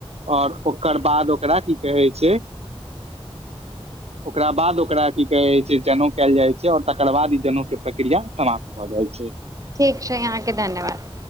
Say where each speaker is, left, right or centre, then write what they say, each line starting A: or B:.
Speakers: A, on the right; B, on the right.
A: और ओकर बाद ओकरा की कहै छै ओकरा बाद ओकरा की कहे छै जनेउ कयल जाइ छै और तकर बाद ई जनेउ के प्रक्रिया समाप्त भए जाइ छै।
B: ठीक छै अहाँके धन्यवाद।